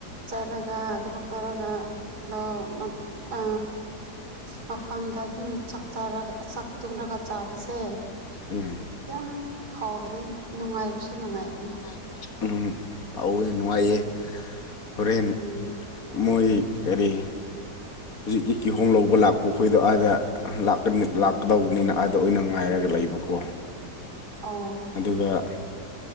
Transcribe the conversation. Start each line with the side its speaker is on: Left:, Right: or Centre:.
Right: ꯆꯠꯂꯒ ꯊꯕꯛ ꯇꯧꯔꯒ ꯂꯧ ꯃꯛ ꯑ ꯃꯐꯝꯗ ꯑꯗꯨꯝ ꯆꯥꯛ ꯆꯔꯒ ꯆꯥꯛ ꯇꯨꯡꯂꯒ ꯆꯥꯕꯁꯦ
Left: ꯎꯝ
Right: ꯌꯥꯝ ꯍꯥꯎꯕꯅꯦ ꯅꯨꯡꯉꯥꯏꯕꯁꯨ ꯅꯨꯡꯉꯥꯏꯕꯅꯤ
Left: ꯎꯝ ꯍꯧꯋꯦ ꯅꯨꯡꯉꯥꯏꯌꯦ ꯍꯣꯔꯦꯟ
Right: ꯎꯝ
Left: ꯃꯣꯏ ꯀꯔꯤ ꯍꯧꯖꯤꯛꯀꯤ ꯀꯤꯍꯣꯝ ꯂꯧꯕ ꯂꯥꯛꯄ ꯈꯣꯏꯗꯣ ꯑꯗ ꯂꯛꯀꯟ ꯂꯥꯛꯀꯗꯧꯕꯅꯤꯅ ꯑꯥꯗ ꯑꯣꯏꯅ ꯉꯥꯏꯔꯒ ꯂꯩꯕꯀꯣ
Right: ꯑꯣ
Left: ꯗꯨꯒ